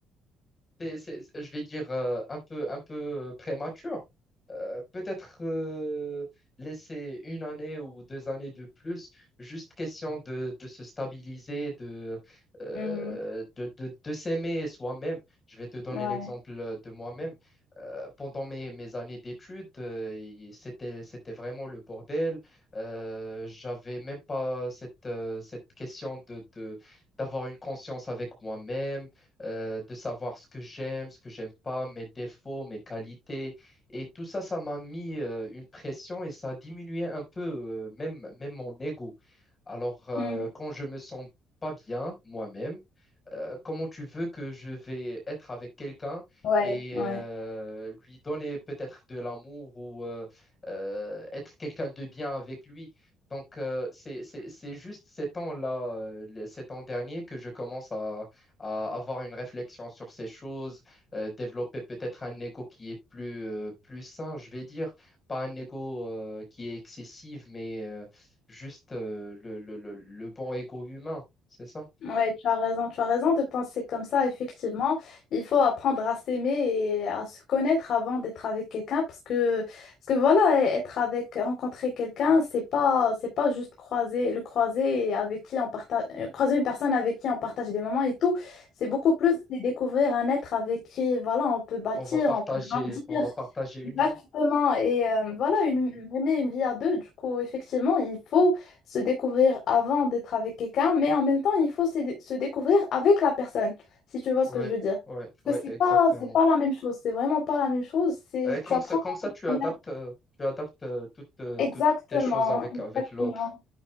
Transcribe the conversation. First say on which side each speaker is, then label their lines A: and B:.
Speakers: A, on the left (about 20°); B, on the left (about 55°).
A: c'est- c'est- je vais dire, euh, un peu, un peu euh, prémature. Euh, peut-être euh, laisser une année ou deux années de plus, juste question de, de se stabiliser, de, euh,
B: Mm,
A: de, de, de s'aimer soi-même. Je vais te donner
B: Ouais.
A: l'exemple de moi-même. Euh, pendant mes, mes années d'études, euh, il- c'était, c'était vraiment le bordel. Euh, j'avais même pas cette, euh, cette question de, de, d'avoir une conscience avec moi-même euh, de savoir ce que j'aime, ce que j'aime pas, mes défauts, mes qualités. Et tout ça, ça m'a mis euh, une pression et ça diminuait un peu euh, même, même mon ego. Alors, euh,
B: Mm,
A: quand je me sens pas bien moi-même, euh, comment tu veux que je vais être avec quelqu'un
B: Ouais,
A: et
B: ouais.
A: euh, lui donner peut-être de l'amour ou euh, euh, être quelqu'un de bien avec lui. Donc, euh, c'est, c'est, c'est juste ces temps-là, euh, les- ces temps derniers, que je commence à, à avoir une réflexion sur ces choses, euh, développer peut-être un ego qui est plus, euh, plus sain, je vais dire, pas un ego euh, qui est excessif, mais euh, juste euh, le, le, le, le bon ego humain, c'est ça?
B: Ouais, tu as raison, tu as raison de penser comme ça, effectivement. Il faut apprendre à s'aimer et à se connaître avant d'être avec quelqu'un parce que, parce que voilà, être avec, rencontrer quelqu'un, c'est pas, c'est pas juste croiser, le croiser et avec qui on partage, euh, croiser une personne avec qui on partage des moments et tout. C'est beaucoup plus de découvrir un être avec qui, voilà, on peut bâtir,
A: On va partager,
B: on peut grandir.
A: on va partager une
B: Exactement.
A: vie.
B: Et euh,
A: Partager
B: voilà, une,
A: une vie.
B: mener une vie à deux, du coup, effectivement, il faut se découvrir avant d'être avec quelqu'un, mais en même temps, il faut se, se découvrir avec la personne, si tu vois
A: Ouais,
B: ce que je veux dire.
A: ouais, ouais,
B: Parce que
A: exactement.
B: c'est pas, c'est pas la même chose, c'est vraiment pas la même chose. C'est,
A: Et comme
B: tu apprends
A: ça, comme
B: à
A: ça,
B: te
A: tu adaptes,
B: connaître.
A: euh, tu adaptes euh, toutes, euh,
B: Exactement,
A: toutes tes choses avec,
B: exactement.
A: avec l'autre.